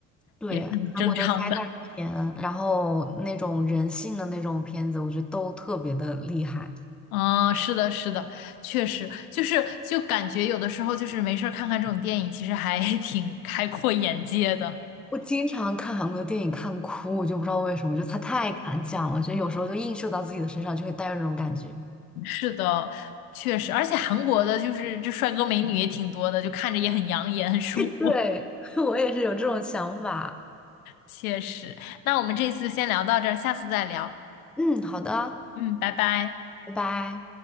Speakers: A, in the centre; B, on the left (about 80°).
A: 对，
B: 也是很正常的。
A: 韩国的灾难片，然后那种人性的那种片子，我觉得都特别的厉害。
B: 嗯，是的，是的，确实就是就感觉有的时候就是没事儿看看这种电影，其实还 <laughs> 挺开阔眼界的。
A: 我经常看韩国的电影看哭，我就不知道为什么，就他太敢讲了，就有时候就映射到自己的身上，就会带有那种感觉。
B: 是的，确实，而且韩国的就是这帅哥美女也挺多的，就看着也很养眼，很舒服。
A: 对，<laughs> 我也是有这种想法。
B: 确实，那我们这次就先聊到这儿，下次再聊。
A: 嗯，好的，
B: 嗯，拜拜。
A: 拜拜。